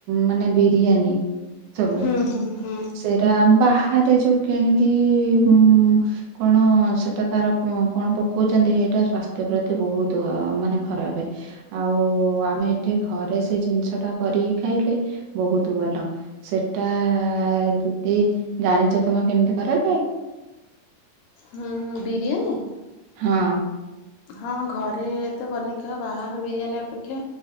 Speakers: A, on the right; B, on the left.
A: ମାନେ ବିରିୟାନୀ ସବୁ
B: ହୁଁ ହୁଁ ହୁଁ
A: ଏରା ବାହାରେ ଯୋଉ କିଣିକି ଉଁ କଣ ସେଟା ତାର କଣ ପକଉଛନ୍ତି ହେଇଟା ସ୍ଵାସ୍ଥ୍ୟ ପ୍ରତି ବହୁତ ମାନେ ଖରାପେ ଆଉ ଆମେ ଏଠି ଘରେ ସେ ଜିନିଷ ଟା କରିକି ଖାଇଲେ ବହୁତ ଭଲ ସେଟା ଆ ଏବୁ ଏ ଜାଣିଛ ତମେ କେମିତି କରାଜାଏ।
B: ହୁଁ ବିରିୟାନୀ?
A: ହଁ।
B: ହଁ ଘରେତ ବନେଇକି ଖାଇବ ବାହାର ବିରିୟାନୀ ଅପେକ୍ଷା